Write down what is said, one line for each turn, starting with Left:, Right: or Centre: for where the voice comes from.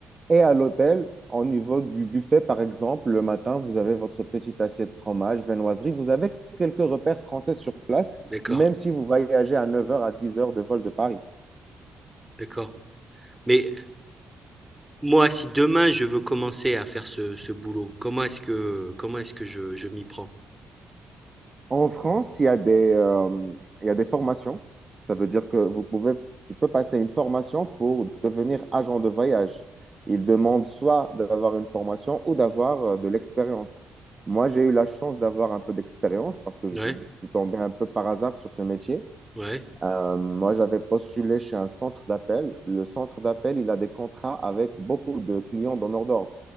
Right: et à l'hôtel, au niveau du buffet, par exemple, le matin, vous avez votre petite assiette fromage, viennoiserie. Vous avez quelques repères français sur place,
Centre: d'accord,
Right: même si vous voyagez à neuf heures à dix heures de vol de Paris.
Centre: d'accord. Mais moi, si demain je veux commencer à faire ce, ce boulot, comment est-ce que comment est-ce que je, je m'y prends?
Right: En France, il y a des, euh, il y a des formations. Ça veut dire que vous pouvez, tu peux passer une formation pour devenir agent de voyage. Ils demandent soit d'avoir une formation ou d'avoir euh, de l'expérience. Moi, j'ai eu la chance d'avoir un peu d'expérience parce que je,
Centre: Ouais,
Right: je suis tombé un peu par hasard sur ce métier.
Centre: ouais,
Right: Euh, moi, j'avais postulé chez un centre d'appel. Le centre d'appel, il a des contrats avec beaucoup de clients donneurs d'ordre.